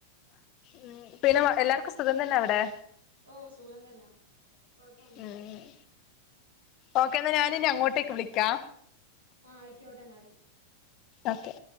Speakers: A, on the left; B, on the right.
A: ഉം പിന്നെ എല്ലാർക്കും സുഖം തന്നെ അവിടെ?
B: ഓഹ് സുഖം തന്നാ. കൊഴപ്പ ഒന്നൂല്ല.
A: ഉം ഓക്കെ ഇന്നാ ഞാനിനി അങ്ങോട്ടേക്ക് വിളിക്കാ.
B: ആഹ്, അയ്ക്കോട്ടെ ഇന്നാല്.
A: ഓക്കെ.